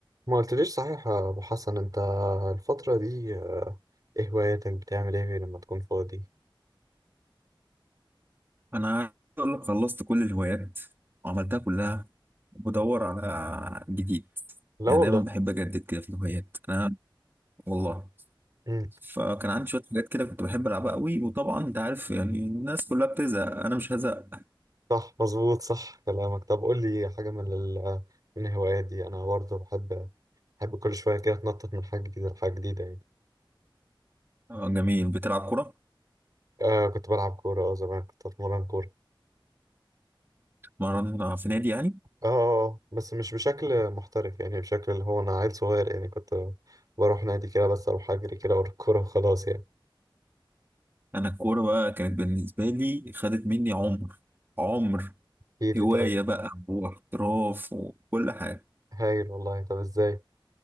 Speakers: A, on the right; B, on the right.
A: ما قلتليش صحيح يا ابو حسن انت الفترة دي آه، ايه هواياتك بتعمل ايه لما تكون فاضي
B: انا عايز اقول لك خلصت كل الهوايات وعملتها كلها بدور على جديد
A: لا
B: يعني
A: والله
B: دايما بحب اجدد كده في الهوايات انا والله
A: امم
B: فكان عندي شويه حاجات كده كنت بحب العبها قوي وطبعا انت عارف يعني الناس كلها بتزهق انا مش هزهق
A: صح مظبوط صح كلامك طب قول لي حاجة من ال... من الهوايات دي انا برضه بحب بحب كل شوية كده اتنطط من حاجة جديدة لحاجة جديدة يعني
B: آه، جميل بتلعب كوره
A: آه كنت بلعب كورة اه زمان كنت اتمرن كورة
B: مرن في نادي يعني
A: اه آه، آه، بس مش بشكل محترف يعني بشكل اللي هو انا عيل صغير يعني كنت بروح نادي كده بس اروح اجري كده ورا الكورة وخلاص يعني
B: انا الكوره بقى كانت بالنسبه لي خدت مني عمر عمر
A: ايه اللي
B: هوايه
A: طيب
B: بقى واحتراف وكل حاجه
A: هايل والله طب ازاي